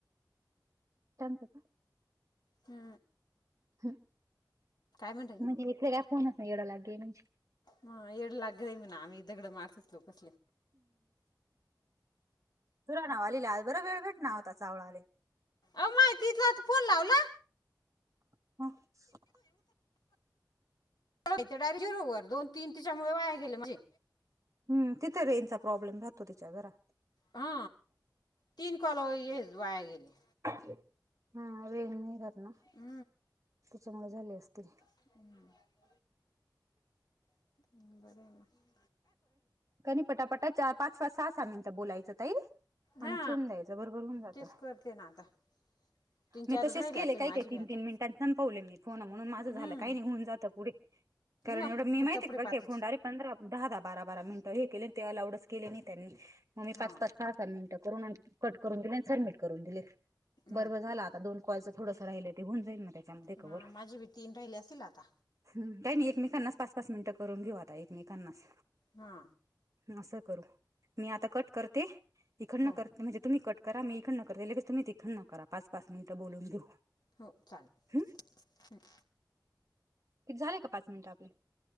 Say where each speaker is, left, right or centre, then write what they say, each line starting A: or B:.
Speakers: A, on the right; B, on the left.
A: त्यांचं का!
B: हू!
A: हं
B: म्हणताय
A: म्हणजे इकडे काय फोनसं न सं येड लाग गय म्हणजे.
B: हा येड लाग गय म्हणा आम्ही दगड मारसूत लोकसले.
A: सुराणा वाली ले आज बरा वेळ भेट ना होता चावळाले!
B: अवो मायं तिथलात फोन लावला.
A: <unintelligible>
B: हायी ते डायरेक्ट झिरोवर दोन तीन तिच्यामुळे वाया गेले माजे!
A: हू तिथ रेंजचा प्रॉब्लेम राहतो तिच्या घरा
B: हा तीन कॉल हे ज वाया गेले!
A: हं रेंज नहीं राहत नां!
B: ऊ!
A: त्याच्यामुळ झाले असतील.
B: <inaudible> ् बरं आहे ना...
A: काधी पटापटा, पाच पाच सहा अस मिनट बोलायचं ताई. आणि
B: हा,,
A: ठेवून द्यायचं बरोबर होऊन जातं.
B: तेच करते ना आता. तीन
A: मी
B: चारच
A: तसेच
B: राहिले
A: केले
B: असतील
A: काय
B: माझी
A: काय
B: बी
A: तीन
B: आता
A: तीन मिनिटां संपवले मी, फोन म्हणून माझं
B: हम्म
A: झालं, काही नाही होऊन जातं पुढे. कारण
B: मग
A: एवढं मी
B: पुढं पुढे
A: काय
B: पाचच
A: फोन डायरेक्ट, पंधरा दहा दहा बारा बारा मिनिट हे केले ते अलाउडच केले नाही त्यांनी, मग्मी
B: हां
A: पाच पाच, मिनिटं, कट करून दिले सबमिट करून दिले,
B: हां
A: बरबरं. आता दोन कॉल थोडंस राहिलय ते होऊन जाईल मगताई. जमतंय
B: हां
A: तोअर
B: माझी बी तीन राहिले असतील आता
A: ह्ममम, काय नाही एकमेकांनाच सांग. पाच मिनटं करून घेऊ आता एकमेकांनाच.
B: हा...
A: असं करू, मी आता कट करते, इकडन
B: हो हो
A: करते म्हणजे. तुम्ही कट करा, मी इकडन करते लगेच तुम्ही तिथड न करा, पाच पाच मिनटं बोलून घेऊ.
B: हो चालेल.
A: हम्म. झालंय का पाच मिनिट आपले.